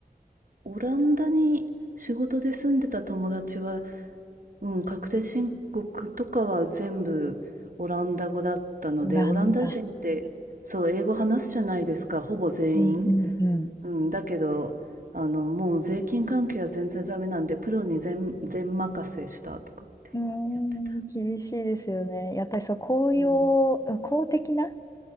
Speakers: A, on the right; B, on the left.
A: オランダに仕事で住んでた友達は、うん、確定申告とかは全部オランダ語だったので、
B: オランダ。
A: オランダ人って、そう、英語話すじゃないですか、ほぼ全員。
B: うんうんうん。
A: うん、だけど、あの、もう税金関係は全然ダメなんで、プロに全、全任せしたとかって言ってた。
B: うーん、厳しいですよね。やっぱりそう、公用、
A: うん。
B: 公的な